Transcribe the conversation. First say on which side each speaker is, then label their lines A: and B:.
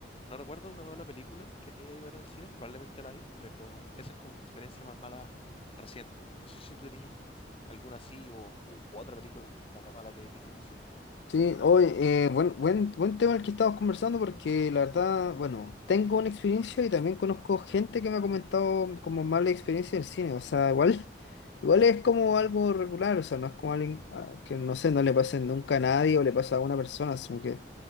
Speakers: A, on the left; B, on the left.
A: no recuerdo una mala película que haya ido a ver en el cine, probablemente la hay, pero esa es como mi experiencia más mala reciente. No sé si tú tenías alguna así o u otra película mala que hayas visto en el cine.
B: Sí, hoy eh, buen, buen, buen tema el que estamos conversando porque la verdad, bueno, tengo una experiencia y también conozco gente que me ha comentado como mala experiencia en cine, o sea, igual, <laughs> igual es como algo regular, o sea, no es como alguien ah, que no sé, no le pase nunca a nadie o le pasa a una persona, sino que